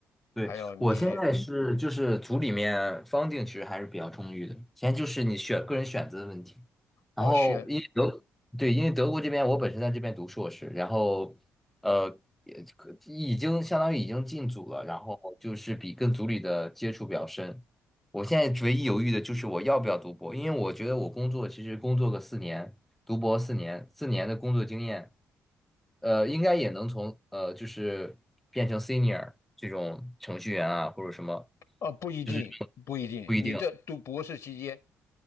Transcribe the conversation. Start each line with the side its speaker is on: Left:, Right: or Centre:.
Centre: 对，
Left: 还有你
Centre: 我现在是就是组里面方 u 其实还是比较充裕的，现在就是你选个人选择的问题。然后因为德，
Left: 哦，选
Centre: 对，因为德国这边我本身在这边读硕士，然后呃也可已经相当于已经进组了，然后就是比跟组里的接触比较深。我现在唯一犹豫的就是我要不要读博，因为我觉得我工作其实工作个四年，读博四年，四年的工作经验。呃，应该也能从呃，就是变成 senior 这种程序员啊，或者什么，
Left: 哦，不一定，
Centre: 就是
Left: 不一定。
Centre: 不一定。
Left: 你这读博士期间，